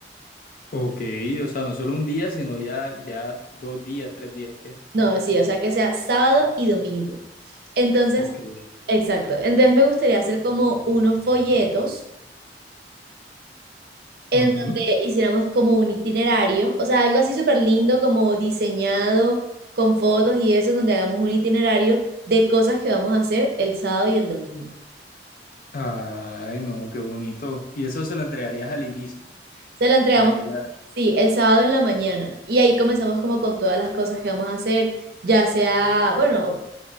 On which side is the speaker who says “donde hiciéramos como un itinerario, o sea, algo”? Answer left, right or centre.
Right